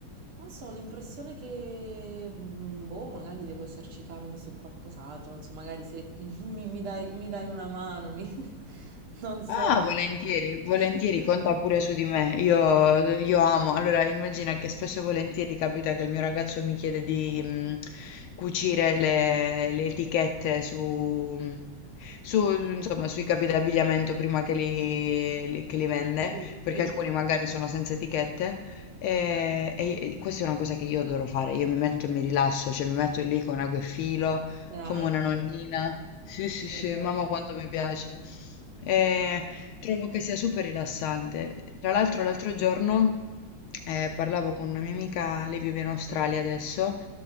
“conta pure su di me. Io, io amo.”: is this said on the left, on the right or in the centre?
Left